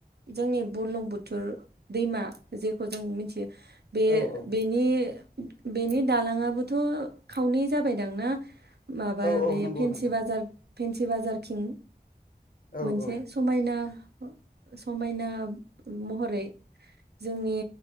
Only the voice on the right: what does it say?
जोंनि बुरलुंबुथुर दैमा जेखौ जों मिथियो बे
बेनि बेनि दालांयाबोथ' खावनै जाबाय दांना। माबा
बे
फेनसि
बाजार फेनसि बाजारथिं
मोनसे
समायना समायना महरै जोंनि